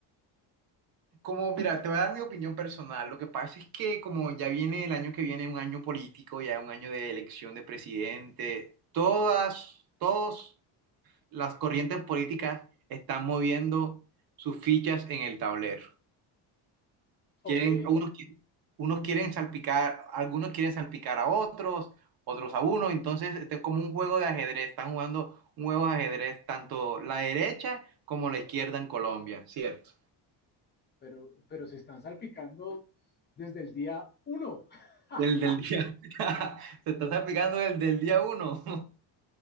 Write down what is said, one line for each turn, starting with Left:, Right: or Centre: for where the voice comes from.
Right: Como, mira, te voy a dar mi opinión personal. Lo que pasa es que como ya viene el año que viene, un año político, ya un año de elección de presidente, todas, todas las corrientes políticas están moviendo sus fichas en el tablero.
Left: Ok,
Right: Quieren, unos, qui- unos quieren salpicar, algunos quieren salpicar a otros, otros a uno. Entonces, este es como un juego de ajedrez. Están jugando un juego de ajedrez tanto la derecha como la izquierda en Colombia, ¿cierto?
Left: pero, pero se están salpicando desde el día uno. <laughs>
Right: Del, del día. <laughs> Se está salpicando el del día uno.